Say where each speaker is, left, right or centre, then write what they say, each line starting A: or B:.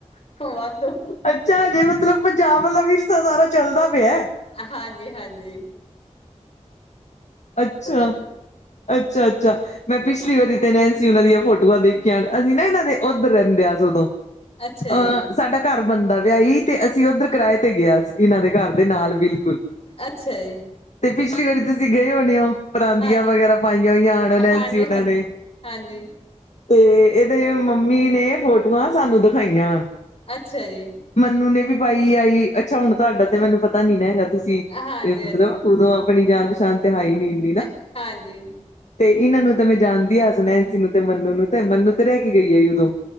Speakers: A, on the left; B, on the left.
A: ਵਾਧੂ।
B: ਅੱਛਾ, ਅਜੇ ਮਤਲਬ ਪੰਜਾਬ ਆਲਾ ਵੀਰਸਾ ਸਾਰਾ ਚੱਲਦਾ ਪਿਐ।
A: ਹਾਂਜੀ-ਹਾਂਜੀ।
B: ਅੱਛਾ-ਅੱਛਾ-ਅੱਛਾ।
A: ਜੀ
B: ਮੈਂ ਪਿਛਲੀ ਵਾਰੀ ਤੇ ਨੈਨਸੀ ਓਨਾਂ ਦੀਆਂ ਫੋਟੋਆਂ ਦੇਖੀਆਂ ਅਸੀਂ ਨਾ ਇਨਾਂ ਦੇ ਓਧਰ ਰੈਂਦੇ ਆ ਸ ਓਦੋਂ।
A: ਅੱਛਾ
B: ਅ
A: ਜੀ
B: ਸਾਡਾ ਘਰ ਬਣਦਾ ਪਿਆ ਈ ਤੇ ਅਸੀਂ ਉੱਧਰ ਕਰਾਏ ਤੇ ਗਿਆ ਸੀ। ਇਨਾਂ ਦੇ ਘਰ ਦੇ ਨਾਲ ਬਿਲਕੁਲ,
A: ਅੱਛਾ ਜੀ
B: ਤੇ ਪਿਛਲੀ ਵਾਰੀ ਤੁਸੀਂ ਗਏ ਹੋਣੇ ਓ? ਪਰਾਂਦੀਆਂ
A: ਹਾਂਜੀ
B: ਵਗੈਰਾ ਪਾਈਆਂ ਓਈਆਂ ਆਣੇ
A: ਹਾਂਜੀ
B: ਨ ਸੀ ਊਣਾਂ
A: ਹਾਂਜੀ
B: ਨੇ।
A: ਹਾਂਜੀ
B: ਤੇਅ ਇਹਦੇ ਅ ਮੰਮੀ ਨੇ ਫੋਟੋਆਂ ਸਾਨੂੰ ਦਖਾਈਆਂ।
A: ਅੱਛਾ ਜੀ।
B: ਮੰਨੂੰ ਨੇ ਵੀ ਪਾਈ ਆਈ ਅੱਛਾ ਹੁਣ ਤੁਹਾਡਾ ਤੇ ਮੈਨੂੰ ਪਤਾ ਨੀ ਨਾ ਹੈਗਾ ਅ ਤੁਸੀਂ
A: ਹਾਂਜੀ
B: ਏ
A: ਹਾਂਜੀ,
B: ਮਤਲਬ ਉਦੋਂ ਅਪਣੀ ਜਾਨ ਪਛਾਣ ਤੇ ਹੈ ਈ ਨੀ ਏ
A: ਅ-ਹਾਂਜੀ।
B: ਤੇ ਇੰਨਾਂ ਨੂੰ ਤੇ ਮੈਂ ਜਾਣਦੀ ਆ ਸੁਨੈਂਸੀ ਨੂੰ ਤੇ ਮੰਨੂੰ ਨੂੰ ਤੇ ਮੰਨੂੰ ਤੇ ਰੈਅ ਕੇ ਗਈ ਐ ਉਦੋਂ।